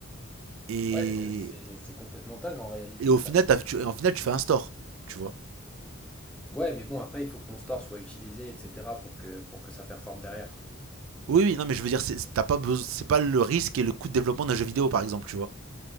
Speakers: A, on the right (about 70°); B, in the centre.
A: Et,
B: Ouais, euh, c'est c'est complètement dingue en réalité,
A: Et au
B: ça
A: final,
B: fait.
A: t'as- tu, en final, tu fais un store, tu vois.
B: Ouais, mais bon, après, il faut que ton store soit utilisé, etc., pour que, pour que ça performe derrière.
A: Oui, oui, non, mais je veux dire, c'est t'as pas besoin, c'est pas le risque et le coût de développement d'un jeu vidéo, par exemple, tu vois.